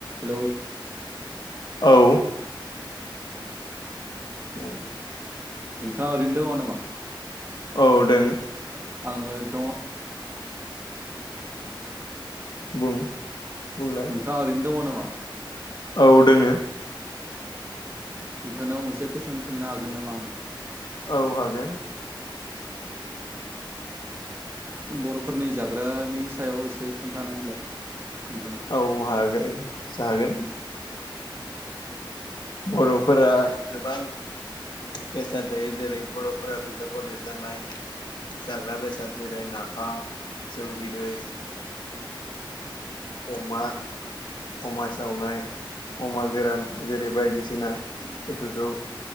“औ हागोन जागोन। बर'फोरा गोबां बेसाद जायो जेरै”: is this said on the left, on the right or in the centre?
Left